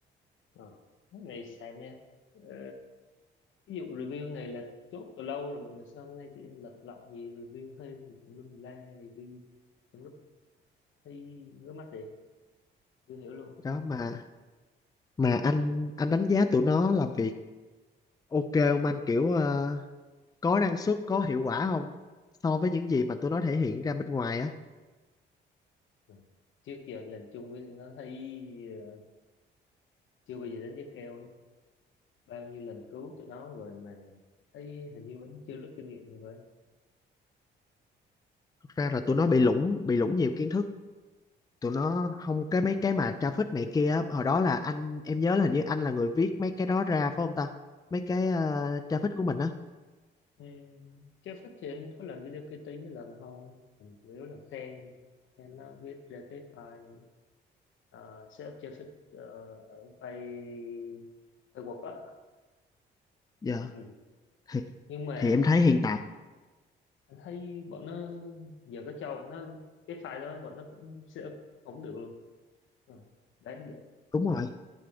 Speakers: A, on the left (about 75°); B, on the left (about 20°).
A: ờ cái này xem nha ờ, ví dụ review này là chốt từ lâu rồi mà sao hôm nay tự nhiên lật lọng gì review thêm gì tùm lum tùm la ghi tùm lum thấy ngứa mắt vậy chưa hiểu luôn
B: đó mà mà anh anh đánh giá tụi nó làm việc ok không anh kiểu ờ, có năng suất có hiệu quả không so với những gì mà tụi nó thể hiện ra bên ngoài á
A: Ờ. trước giờ làm chung với tụi nó thấy ờ, chưa bao giờ đánh giá cao ấy. bao nhiêu lần cứu tụi nó rồi mà thấy hình như vẫn chưa rút kinh nghiệm thì vậy
B: thật ra là tụi nó bị lủng bị lủng nhiều kiến thức tụi nó không cái mấy cái mà traffic này kia á, hồi đó là anh em nhớ là hình như anh là người viết mấy cái đó ra phải không ta mấy cái ờ, traffic của mình á
A: Ừm, chưa phát triển có làm video KT mấy lần thôi mình chủ yếu là khen khen nó viết ra cái file ờ, setup chưa fit ờ, ở file file Word á
B: dạ
A: ừ.
B: thì
A: nhưng mà
B: thì em thấy hiện tại
A: anh thấy bọn nó giờ có cho bọn nó cái file đó bọn nó cũng setup không được luôn Ờ, đáng vậy
B: đúng rồi